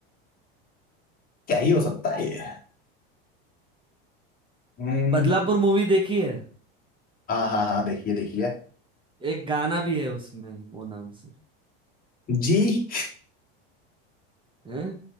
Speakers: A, on the left (about 30°); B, on the right (about 15°).
A: क्या ही हो सकता है ये हम्म
B: बदलापुर मूवी देखी है
A: हाँ हाँ हाँ देखिए देखिए
B: एक गाना भी है उसमें वो नाम से
A: जी
B: हैं